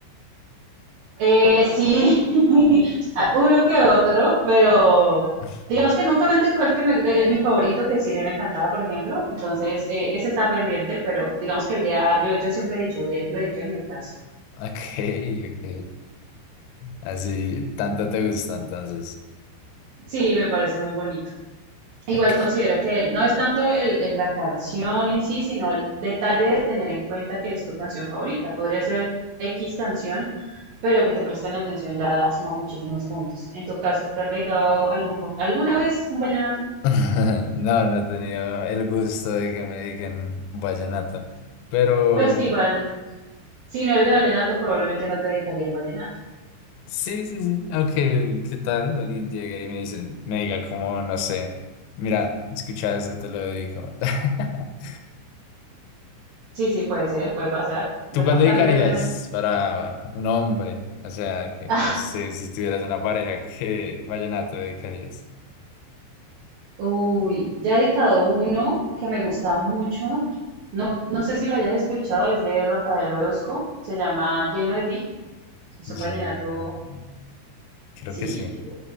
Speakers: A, on the right (about 70°); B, on the left (about 80°).
A: Eh, sí, <laughs> a- uno que otro, pero
B: <laughs>
A: digamos que nunca me han dicho cuál que me- eh, eh, mi favorito, que es Sirena Encantada, por ejemplo. Entonces, eh, ese está pendiente, pero digamos que el día, yo, yo siempre he dicho, el día que lo dediquen me caso.
B: Ok, ok. Así, tanto te gusta entonces.
A: Sí, me parece muy bonito. Igual
B: Ok.
A: considero que no es tanto el, el- la canción en sí, sino el detalle de tener en cuenta que es tu canción favorita. Podría ser X canción, pero que te presten atención ya suma muchísimos puntos. En tu caso, ¿te han dedicado algún, alguna vez un vallenato?
B: <laughs> No, no he tenido el gusto de que me digan vallenato. Pero
A: Pues que igual, si no eres de vallenato, probablemente no te dedicarían vallenato.
B: sí, sí, sí. Aunque, ¿qué tal? Alguien llegue y me dice, me diga como, no sé, mira, escucha esto, te lo dedico. <laughs>
A: Sí, sí, puede ser, puede pasar. Dep-
B: ¿Tú cuál dedicarías
A: también depende.
B: para un hombre? O sea, que
A: Ah,
B: no sé, si tuvieras una pareja, ¿qué vallenato dedicarías?
A: <laughs> uy, ya he dedicado uno que me gusta mucho. No, no sé si lo hayas escuchado, es de Rafael Orozco. Se llama Lleno de ti. Es
B: Vallenato.
A: un vallenato,
B: Creo
A: sí.
B: que sí.